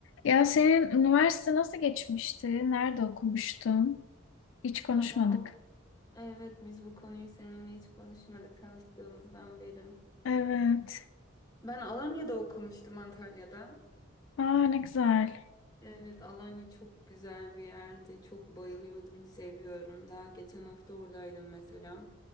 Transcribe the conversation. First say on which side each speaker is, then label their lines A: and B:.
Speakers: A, on the left; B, on the left.
A: Ya senin üniversite nasıl geçmişti? Nerede okumuştun? Hiç konuşmadık.
B: Ya ben Al evet biz bu konuyu seninle hiç konuşmadık tanıştığımızdan beri.
A: Evet.
B: Ben Alanya'da okumuştum Antalya'da.
A: Aa ne güzel.
B: Evet Alanya çok güzel bir yerdi. Çok bayılıyordum, seviyorum. Daha geçen hafta oradaydım mesela.